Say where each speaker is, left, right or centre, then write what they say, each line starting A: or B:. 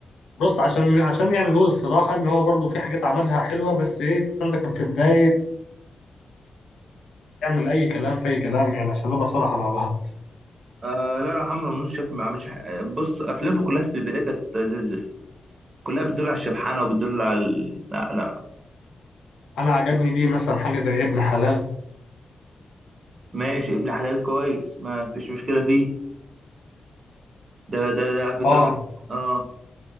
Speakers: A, on the left; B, on the right.
A: بص عشان عشان يعني نقول الصراحة ان هو برضو في حاجات عملها حلوة بس ايه الكلام ده كان في بداية يعمل اي كلام في اي كلام يعني عشان نبقى صراحة مع بعض
B: آه لا لا حمزة منوش شايف ما عملش حاجة بص افلامه كلها في البدايه كانت زي الزفت كلها بتدل على الشبحانه وبتدل على ال... لا لا
A: انا عجبني دي مثلا حاجة زي ابن حلال
B: ماشي ابن حلال كويس ما فيش مشكله فيه ده ده ده على فكره
A: اه
B: من... اه